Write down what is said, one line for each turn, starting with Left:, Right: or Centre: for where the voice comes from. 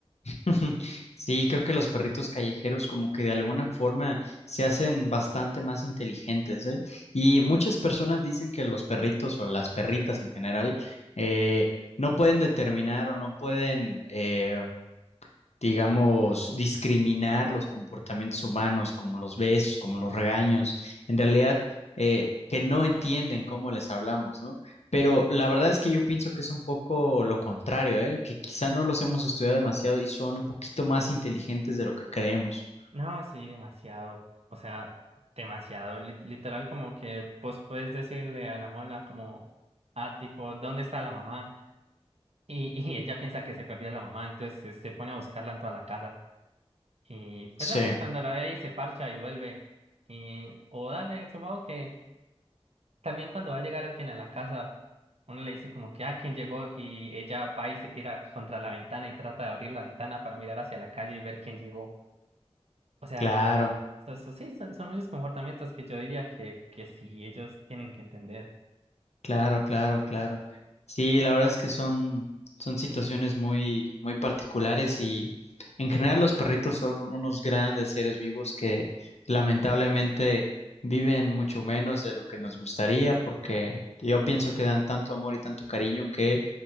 Left: <laughs> Sí, creo que los perritos callejeros como que de alguna forma se hacen bastante más inteligentes, ¿eh? Y muchas personas dicen que los perritos o las perritas en general eh, no pueden determinar o no pueden eh, digamos, discriminar los comportamientos humanos, como los besos, como los regaños, en realidad eh, que no entienden cómo les hablamos, ¿no? Pero la verdad es que yo pienso que es un poco lo contrario, ¿eh? Que quizá no los hemos estudiado demasiado y son un poquito más inteligentes de lo que creemos.
Right: No, sí, demasiado. O sea, demasiado. Li- literal, como que vos puedes decirle a la mona como, ah, tipo, ¿dónde está la mamá? Y, <laughs> y ella piensa que se perdió la mamá, entonces se, se pone a buscarla en toda la casa. Y pues
Left: Sí,
Right: dale, cuando la ve ahí se parcha y vuelve. Y, o dale, supongo que también cuando va a llegar alguien a la casa, uno le dice como que, ah, ¿quién llegó? Y ella va y se tira contra la ventana y trata de abrir la ventana para mirar hacia la calle y ver quién llegó. O sea,
Left: claro.
Right: so- so- sí, son, son muchos comportamientos que yo diría que, que sí, ellos tienen que entender.
Left: Claro, claro, claro. Sí, la verdad es que son, son situaciones muy, muy particulares y en general los perritos son unos grandes seres vivos que lamentablemente viven mucho menos de lo que nos gustaría porque yo pienso que dan tanto amor y tanto cariño que